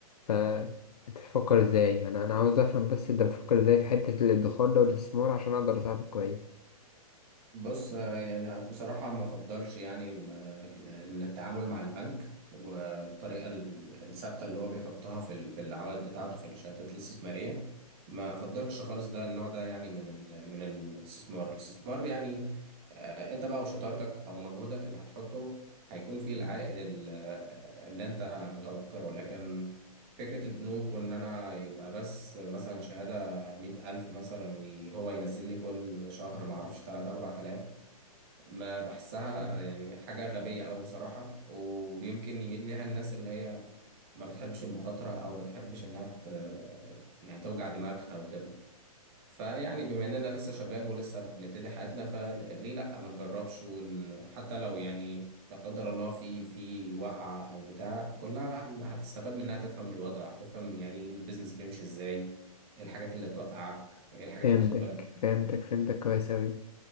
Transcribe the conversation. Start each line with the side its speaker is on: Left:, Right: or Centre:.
Left: ف انت بتفكر ازاي يعني انا عاوز افهم بس انت بتفكر ازاي في حتة الادخار ده والاستثمار عشان اقدر اساعدك كويس
Right: بص آه، يعني بصراحة ما أفضلش يعني ال- ال- إن التعامل مع البنك والطريقة ال- الثابتة اللي هو بيحطها في ال- في العوائد بتاعته في الشهادات الاستثمارية ما أفضلش خالص ده النوع ده يعني من ال من الاستثمار الاستثمار يعني آه، أنت بقى وشطارتك أو مجهودك اللي هتحطه هيكون فيه العائد ال- اللي أنت متوقعه لكن فكرة البنوك وإن أنا يبقى بس مثلا شهادة مية ألف مثلا وهو ينزل لي كل شهر معرفش تلاتة أربعة آلاف ما بحسها يعني حاجة غبية أوي بصراحة ويمكن يميل ليها الناس اللي هي ما بتحبش المخاطرة أو ما تحبش إنها ت... يعني توجع دماغها وكده فيعني بما اننا لسه شباب ولسه بنبتدي حياتنا فليه لا ما نجربش ون... حتى لو يعني لا قدر الله في في وقعة او بتاع كلها هن- هتستفاد منها تفهم الوضع هتفهم يعني البيزنس بيمشي ازاي ايه الحاجات اللي هتوقعك ايه الحاجات
Left: فهمتك
Right: اللي تاخد بالك منها
Left: فهمتك فهمتك كويس اوي